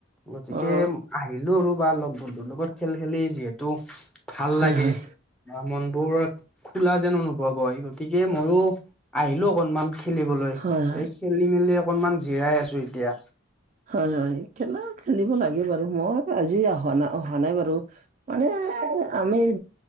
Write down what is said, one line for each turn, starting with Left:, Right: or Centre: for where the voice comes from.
Centre: গতিকে
Right: অ',
Centre: আহিলো আৰু বা লগ বন্ধুৰ লগত খেল খেলি যিহেতু ভাল
Right: হয়,
Centre: লাগে
Right: হয়,
Centre: অ মনবোৰ খোলা যেন অনুভৱ হয় গতিকে মইয়ো আহিলো অকনমান খেলিবলৈ
Right: হয়, হয়,
Centre: এই খেলি মেলি অকনমান জিৰাই আছো এতিয়া
Right: হয় হয় খেলা খেলিব লাগে বাৰু মই আজি অহা না অহা নাই বাৰু মানে আমি